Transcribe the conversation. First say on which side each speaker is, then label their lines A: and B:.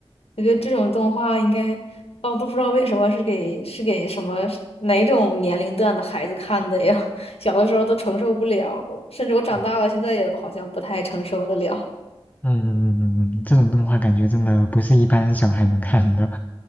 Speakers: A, on the left (about 70°); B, on the left (about 15°).
A: 我觉得这种动画应该哦都不知道为什么是给是给什么哪种年龄段的孩子看的呀？<laughs> 小的时候都承受不了，甚至我长大了现在也好像不太承受得了。
B: 嗯嗯嗯嗯嗯这种动画感觉真的不是一般小孩能看的，